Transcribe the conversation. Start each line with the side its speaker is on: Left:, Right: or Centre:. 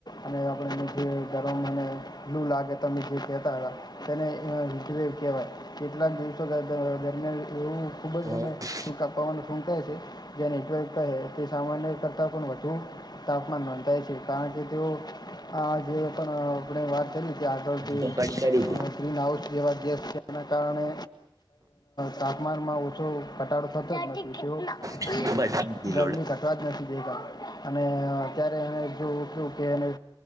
Left: અને આપણેને જે ગરમ અને લું લાગે તો અમે જે કહેતા હતા તેને એ કહેવાય. કેટલાક દિવસો દરમિયાન એવું ખૂબ
Right: હા
Left: જેના કે પવન ફૂંકાય છે જે નેટવર્ક કહે તે સામાન્ય કરતાં પણ વધુ તાપમાન નોંધાય છે, કારણ કે તેઓ હા, જે પણ આપણે વાત કરી કે આગળથી
Right: તો કઈ કરી
Left: ગ્રીન હાઉસ જેવા ગેસ કારણે તાપમાનમાં ઓછુ ઘટાડો થતો જ નથી, તે
Right: હતી બટ
Left: ગરમી
Right: લોડ
Left: ઘટવા જ નથી દેતા. અને અત્યારે એને જોવું કું કે તે